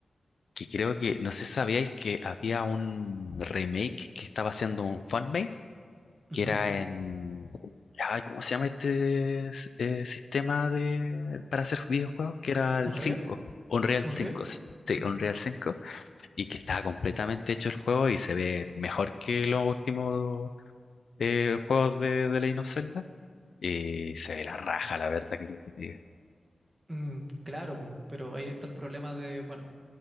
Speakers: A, on the left; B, on the right.
A: que creo que, no sé si sabíais que había un remake que estaba haciendo un fanmade
B: Ujú.
A: que era en... Ay, ¿cómo se llama este s- eh, sistema de, para hacer videojuegos? Que era el
B: Unreal,
A: cinco Unreal
B: Unreal.
A: 5, s- sí,
B: Ujú.
A: Unreal cinco y que estaba completamente hecho el juego y se ve mejor que los últimos eh, juegos de, de Legend of Zelda. Y se ve la raja, la verdad, que, que- que-
B: Mm, claro, pero ahí está el problema de, bueno,